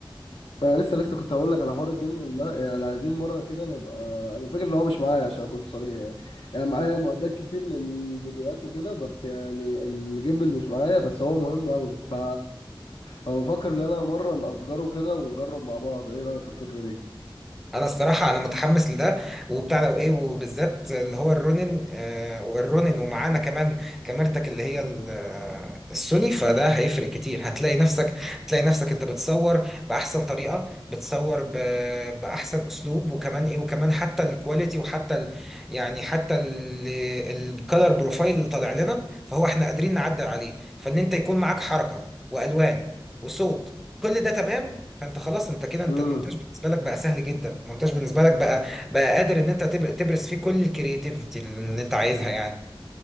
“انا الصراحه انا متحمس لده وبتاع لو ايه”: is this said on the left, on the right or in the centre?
Centre